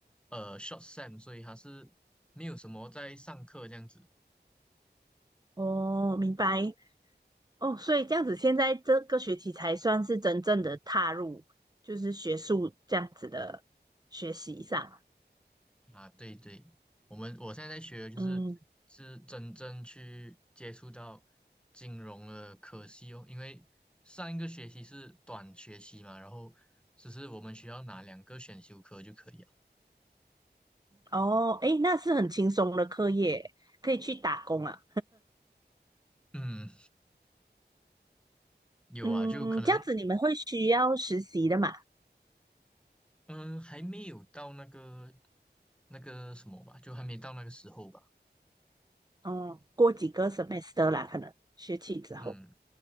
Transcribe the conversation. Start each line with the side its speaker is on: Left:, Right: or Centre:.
Centre: 呃 short sem，所以它是没有什么在上课这样子。
Right: 哦，明白。哦，所以这样子，现在这个学期才算是真正的踏入，就是学术这样子的学习上。
Centre: 啊，对对，我们我现在在学的就是是真正去接触到
Right: 嗯，
Centre: 金融的科系哦，因为上一个学期是短学期嘛，然后只是我们需要拿两个选修课就可以了。
Right: 哦，诶，那是很轻松的课业，可以去打工啊。
Centre: 嗯，有啊，
Right: 嗯，
Centre: 就可能
Right: 这样子你们会需要实习的嘛？
Centre: 嗯还没有到那个那个什么吧，就还没到那个时候吧。
Right: 哦，过几个 semester 啦，可能学期之后。
Centre: 嗯。